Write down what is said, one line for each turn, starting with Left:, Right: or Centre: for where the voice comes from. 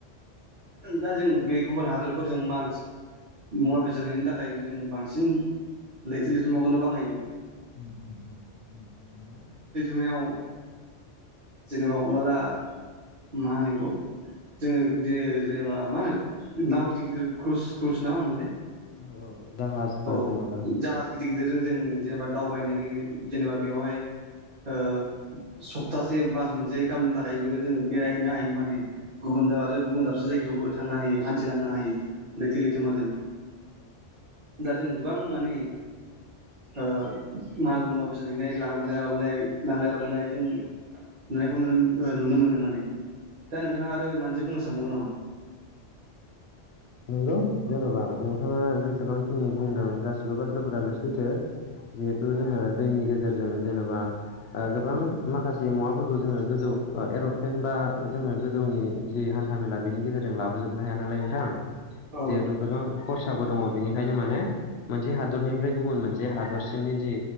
Right: दा जों बे गुबुन हादरफोरजों माल <unintelligible> मुवा बेसाद हैनो थाखाय जों बांसिन लैथो लैथोमाखौनो बाहायो।
Left: उम
Right: मायाव जेनेबा हमना ला मा होनो? जोङो जेनेबा मा होनो नाव गिदिर गिदिर क्रुस क्रुस ना होनोमोनलाय?
Left: औ औ जाहाजफोर
Right: औ
Left: जेन'बा
Right: जाहाज गिदिर गिदिरजों जेनेबा दावबायनानै जेनेबा बेयावहाय ओ सप्थासे बास मोनसे खालामामनो थाखायबो जोङो बेरायहनो हायो माने गुबुन दाब आरो गुबुन दाबसे जायगायावबो थांनो हायो हानथिलांनो हायो लैथो लैथोमाजों जों गोबां माने ओ माल मुवा बेसाद हैनाय लाबोलाय लाबोलाय लांलाय लाबोलाय जों नुनायखौ नुनो नुनो मोनो माने दा नोंथाङा आरो मा मोनसे बुंनो सानबावगोन नामा?
Left: नंगौ जेन'बा नोंथाङा जेसेबांखिनि बुंदों गासिबो बाथ्राफोरा सैथो जिहेथु जोङो दैनि गेजेरजों जेनेबा गोबां माखासे मुवाफोरखौ जोङो गोजौ एर'क्लेन बा जोङो गोजौनि जि हानथा मेला बेनि गेजेरजों लाबोजोबनो हाया नालाय नोंथां
Right: औ
Left: जिहेथु गोबां खरसाबो दङ बेनिखायनो माने मोनसे हादरनिफ्राय गुबुन मोनसे हादरसिमनि जि